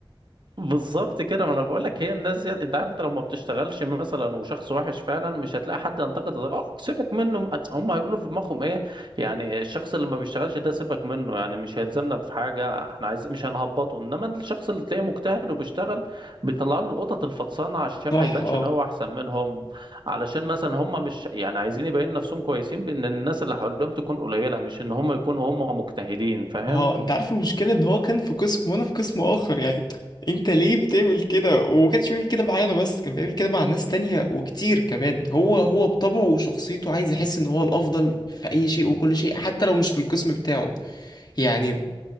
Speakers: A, on the right; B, on the left.
A: بالظبط كده ما انا بقول لك هي الناس دي انت عارف انت لو ما بتشتغلش مثلا وشخص وحش فعلا مش هتلاقي حد ينتقد آه، سيبك منه هم هيقولوا في دماغهم ايه يعني الشخص اللي ما بيشتغلش ده سيبك منه يعني مش هيلزمنا في حاجه احنا عايز مش هنهبطه انما الشخص اللي تلاقيه مجتهد وبيشتغل بيطلعوا له القطط الفطسانه عشان
B: صح
A: ما يبانش
B: اه
A: ان هو احسن منهم علشان مثلا هم مش يعني عايزين يبين نفسهم كويسين بان الناس اللي حواليهم تكون قليله مش ان هم يكونوا هم مجتهدين فاهم
B: اه انت عارف المشكله ان هو كان في قسم وانا في قسم اخر يعني انت ليه بتعمل كده وما كانش بيعمل كده معايا انا بس كان بيعمل كده مع ناس تانية وكتير كمان هو هو بطبعه وشخصيته عايز يحس ان هو الافضل في اي شيء وكل شيء حتى لو مش في القسم بتاعه يعني